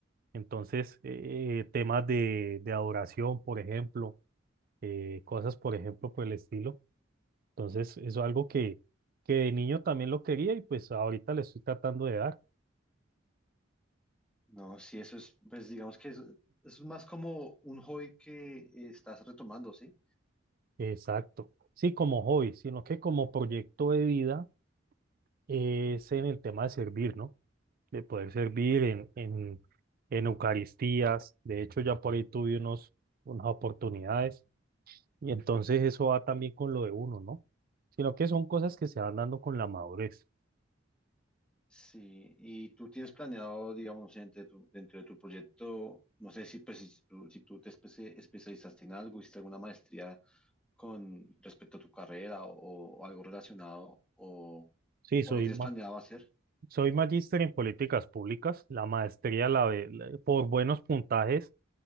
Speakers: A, on the right; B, in the centre.
A: Entonces, eh, temas de, de adoración, por ejemplo, eh, cosas, por ejemplo, por el estilo. Entonces, eso es algo que, que de niño también lo quería y pues ahorita le estoy tratando de dar.
B: No, sí, eso es, pues digamos que es, es más como un hobby que eh, estás retomando, ¿sí?
A: Exacto. Sí, como hobby, sino que como proyecto de vida eh, es en el tema de servir, ¿no? De poder servir en, en, en Eucaristías. De hecho, ya por ahí tuve unos, unas oportunidades y entonces eso va también con lo de uno, ¿no? Sino que son cosas que se van dando con la madurez.
B: Sí, y tú tienes planeado, digamos, no sé, dentro de tu, dentro de tu proyecto, no sé si, pues, si tú, si tú te espe- especializaste en algo, hiciste alguna maestría con respecto a tu carrera o, o algo relacionado, o,
A: Sí, soy,
B: o lo tienes
A: ma-
B: planeado hacer.
A: soy magíster en políticas públicas. La maestría, la, ve- la- por buenos puntajes,